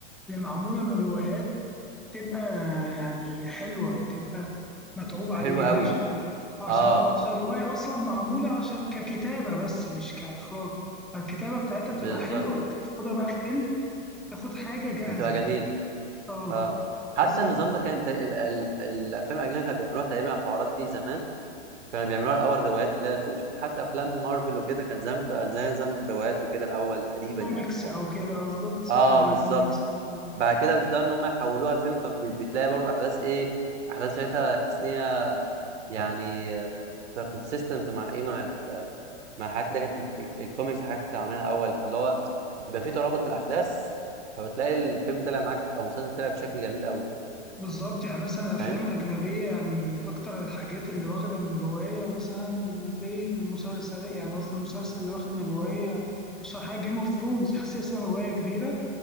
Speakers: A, in the centre; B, on the right.
A: اللي معمولة من روايات بتبقى يعني حلوة بتبقى متعوب
B: حلو
A: عليها
B: قوي
A: عشان عشان
B: اه
A: اه عشان الرواية أصلا معمولة عشان ككتابة بس مش كإخراج الكتابة بتاعتها
B: بالظبط
A: بتبقى حلوة انت بتاخدها بقى في فيلم تاخد حاجة جاهزة
B: بتبقى جميله
A: اه
B: اه حتى
A: بالظبط
B: النظام ده كان تق- ال- ال- الافلام الاجنبيه كانوا بيعملوها تقريبا الحوارات دي زمان كانوا بيعملوها الاول روايات اللي أنا شفت حتى افلام مارفل وكده كانت زمان بتبقى زي نظام روايات وكده الاول تقريبا
A: كوميكس
B: يعني او
A: أو كده قصدك صح
B: اه
A: زي
B: بالظبط
A: كوميكس اه
B: بعد كده بيبداوا ان هم يحولوها لفيلم فبتلاقي برضه احداث ايه احداث ساعتها تحس ان هي يعني كونسيستنت مع ايه مع مع الحاجات اللي كانت الكوميكس والحاجات اللي كانوا عاملينها الاول فاللي هو بيبقى فيه ترابط في الاحداث فبتلاقي الفيلم طلع معاك او المسلسل طلع بشكل جميل قوي
A: بالظبط يعني مثلا الأفلام
B: فاهم
A: الأجنبية يعني من أكتر الحاجات اللي واخدة من رواية مثلا زي المسلسل يعني قصدي المسلسل اللي واخد من رواية أشهر حاجة جيم اوف ثرونز أساسا رواية كبيرة